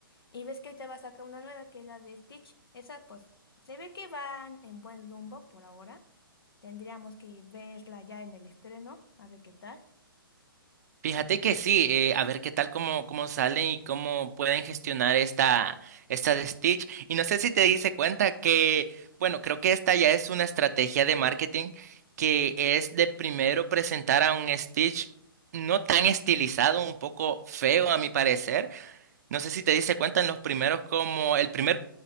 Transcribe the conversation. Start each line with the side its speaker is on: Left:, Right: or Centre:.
Left: Y ves que ahorita va a sacar una nueva que es la de Stitch. Esa pues se ve que van en buen rumbo por ahora. Tendríamos que verla ya en el estreno, a ver qué tal.
Right: Fíjate que sí, eh, a ver qué tal cómo, cómo salen y cómo pueden gestionar esta, esta de Stitch. Y no sé si te diste cuenta que, bueno, creo que esta ya es una estrategia de marketing que es de primero presentar a un Stitch no tan estilizado, un poco feo a mi parecer. No sé si te diste cuenta en los primeros como el primer